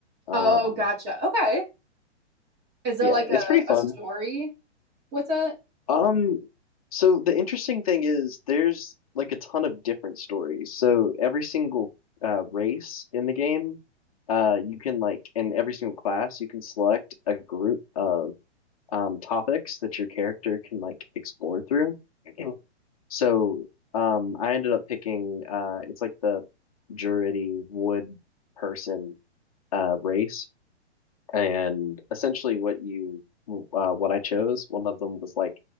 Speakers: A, on the left; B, on the right.
A: Um,
B: Oh, gotcha. Okay. Is there
A: yeah,
B: like a,
A: it's pretty fun.
B: a story with it?
A: Um, so the interesting thing is there's like a ton of different stories. So every single uh, race in the game, uh, you can like in every single class, you can select a group of um topics that your character can like explore through. <clears throat> Mhm. So um, I ended up picking uh, it's like the Druidy wood person uh race and essentially what you uh, what I chose. One of them was like